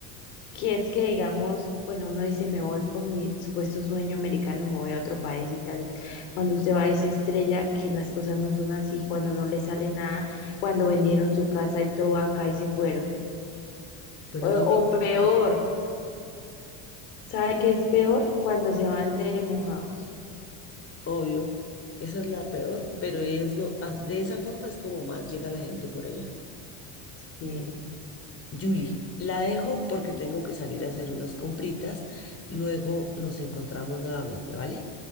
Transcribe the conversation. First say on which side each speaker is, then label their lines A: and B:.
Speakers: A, on the left (about 85°); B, on the left (about 30°).
A: que es que, digamos, bueno, uno dice, me voy con mi supuesto sueño americano, me voy a otro país y tal. Cuando usted va a esa estrella, que las cosas no son así, cuando
B: Mm,
A: no le sale nada, cuando vendieron su casa y todo acá y se fueron.
B: Bueno,
A: O,
B: Julie,
A: o peor, ¿sabe qué es peor? Cuando se van de mojados.
B: obvio, esa es la peor, pero es lo, as- de esa forma es como más llega la gente por allá.
A: Sí.
B: Julie, la dejo porque tengo que salir a hacer unas compritas, luego nos encontramos nuevamente, ¿vale?